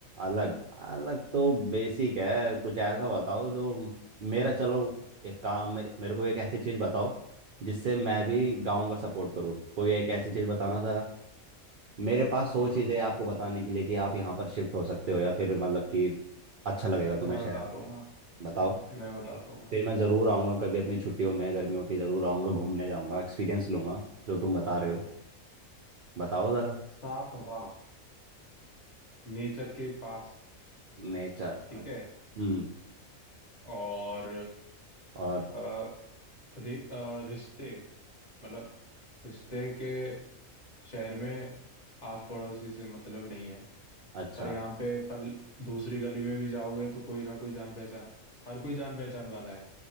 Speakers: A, on the right; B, on the left.
A: अलग अलग तो बेसिक है कुछ ऐसा बताओ जो मेरा चलो एक काम है, मेरे को एक ऐसी चीज बताओ जिससे मैं भी
B: हम्म
A: गांव का सपोर्ट करूँ कोई एक ऐसी चीज बताना जरा मेरे पास सौ
B: हम्म,
A: चीजें हैं आपको बताने के लिए कि आप यहाँ पर शिफ्ट हो सकते हो या फिर मतलब कि अच्छा लगेगा तुम्हें
B: मैं
A: शहर
B: बताता
A: आने
B: हूँ
A: के लिए
B: ना
A: बताओ
B: मैं बताता
A: फिर
B: हूँ ना
A: फिर मैं ज़रूर आऊँगा कभी अपनी छुट्टियों में गर्मियों की ज़रूर आऊँगा घूमने जाऊँगा एक्सपीरियंस लूंगा जो तुम बता रहे हो बताओ ज़रा
B: साफ हवा नेचर के पास
A: नेचर
B: ठीक
A: अच्छा
B: है
A: हम्म
B: और
A: और
B: अ, रि, अ, रिश्ते मतलब रिश्ते के शहर में आस पड़ोसी से मतलब नहीं है
A: अच्छा
B: पर यहाँ पे पल दूसरी गली में भी जाओगे तो कोई ना कोई जान पहचान हर कोई जान पहचान वाला है